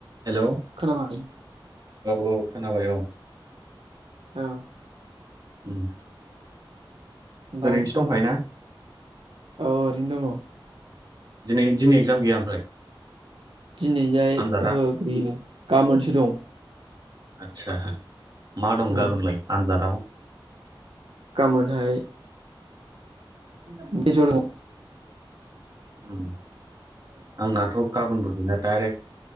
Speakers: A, on the right; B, on the right.
A: Hello
B: खालामाखै
A: औ औ खोनाबाय औ।
B: औ
A: उम
B: ओमफ्राय
A: ओरैनोसो दंखायोना?
B: औ ओरैनो दङ।
A: दिनै दिनै एगजाम गैया ओमफ्राय?
B: दिनैजाय
A: आनजादा
B: ओ गैया गाबोनसो दं।
A: आच्छा मा दं
B: औ
A: गाबोनलाय आनजादाव?
B: गामोनहाय
A: <unintelligible>
B: <unintelligible>
A: उम आंनाथ' गाबोनबो गैला दडाइरेक्ट